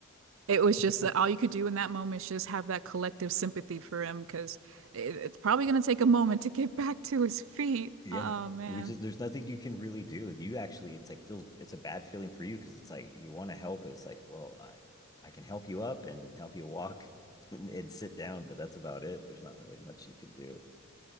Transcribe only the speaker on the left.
<laughs>
Yeah.
We just there's nothing you can really do. And you actually it's like feels it's a bad feeling for you because it's like you want to help, but it's like, well, I I can help you up and help you walk <laughs> and, and sit down, but that's about it. There's not really much you can do.